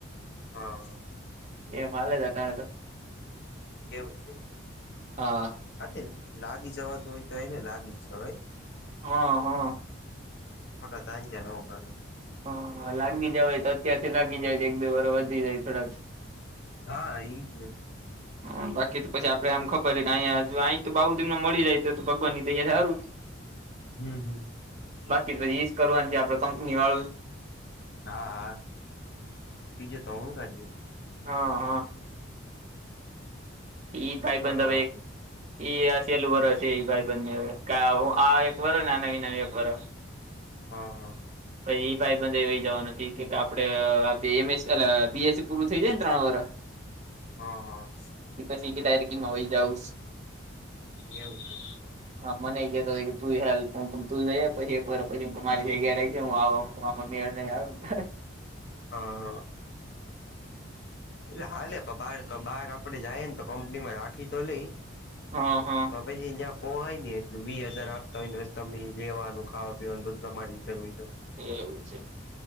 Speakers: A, on the left; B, on the right.
A: હા.
B: એ માલે બતાયા તા
A: એવું છે.
B: હા
A: હા તે લાગી જવા તો હોય તોને લાગી જ જવાય
B: હા હા.
A: મોટા ધાન ધયા નો પડે.
B: હા લાગી જવાય હોય તો અત્યારથી લાગી જાય તો એક બે વરસ હુધી રેય થોડાક
A: હા ઈ જ ને.
B: હા બાકી તો પછી આપડે આમ ખબરે હોય કે આય તો બા હુધી તને મળી જાય તો ભગવાન ની તૈ સારું.
A: હમમ હમમ.
B: બાકી તો ઈ જ કરવાનું છે આપડે કંપની વાળું જ
A: હા હા બીજુ તો હું કરીએ.
B: હા હા. ઈ ભાઈબધ
A: બોલો
B: અવે
A: બાકી
B: ઈ આ છેલું વરસ છે ઈ ભાઈબધ ને હવે આ એક વરસ ને એનું એક વરસ.
A: હા હા.
B: પછી ઈ ભાઈબંધ એય વહી જવાનો છે ઈ કેય કે આપડે એમ સ એ બી એસ સી પૂરું થઈ જાય ને ત્રણ વરસ.
A: હા હા.
B: <unintelligible> સીટી ડાયરેક્ટ એમાં વહી જાવુંસ.
A: એવું છે.
B: હા મને ઈ કેહેતો હોય કે તું યે હાલ હા તું જઈ પછી એક વાર પછી મારી જગ્યા રાખજે હું આવવા. પણ આપડો મેડ નય આવે ને.
A: હા હા. એટલે હાલે પણ બાર બહાર આપડે જઈએ ને તો કંપની માં રાખી તો લેય.
B: હા, હા.
A: તો પછી જ્યાં પોહાય ને એટલે વીહ હજાર આપતા હોય ને <unintelligible> જેવાનું, ખાવાનું, પીવાનું બધું તમારી રીતે હોય તો
B: એવું છે.